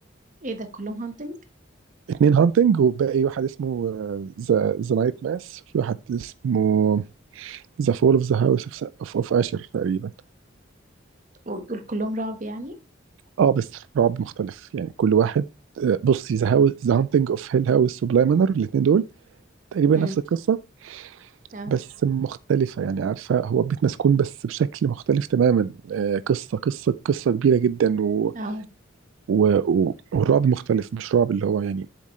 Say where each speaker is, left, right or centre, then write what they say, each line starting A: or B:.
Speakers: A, on the right (about 40°); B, on the right (about 75°).
A: ايه ده كلهم هانتنج
B: اتنين هانتنج وباقي واحد اسمه ذا ذا نايت ماس في واحد اسمه ذا فول اوف ذا هاوس اوف اوف اشر تقريبا
A: ودول كلهم رعب يعني
B: اه بس رعب مختلف يعني كل واحد آه، بصي ذا هاوس ذا هانتنج اوف هيل هاوس وبلاي مانر الاتنين دول تقريبا
A: امم
B: نفس القصة
A: اه
B: بس مختلفة يعني عارفة هو بيت مسكون بس بشكل مختلف تماما آه، قصة قصة قصة كبيرة جدا و...
A: اه
B: و... و... والرعب مختلف مش رعب اللي هو يعني